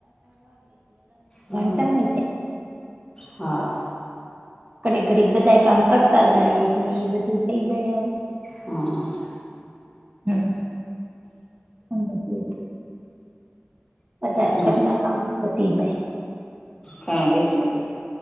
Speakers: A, on the left; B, on the right.
A: હા
B: સમય થ
A: હા.
B: ઘડીક ઘડીક બધા કામ કરતા જાય એટલે એ બધું થઇ જાય એમ
A: હ.
B: હમ <unintelligible> વધારે
A: હું
B: કરના કામ વધી જાય
A: ફેણે બેચી છે.